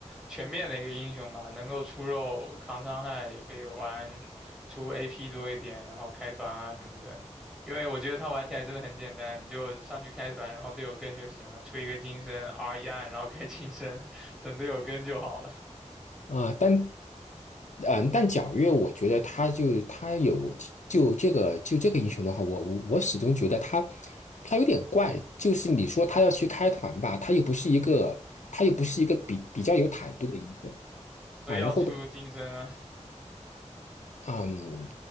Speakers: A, in the centre; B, on the left.
A: 全面的一个英雄吧，能够出肉扛伤害，也可以玩出 AP 多一点，然后开团啊什么的。因为我觉得他玩起来真的很简单，你就上去开团，然后队友跟就行了，出一个金身 R 一按，然后开金身，等队友跟就好了。
B: 啊，但嗯，但皎月，我觉得他就他有就这个就这个英雄的话，我我我始终觉得他他有点怪，就是你说他要去开团吧，他又不是一个他又不是一个比比较有坦度的英雄
A: 所以要出金身啊，
B: 啊，然后的嗯，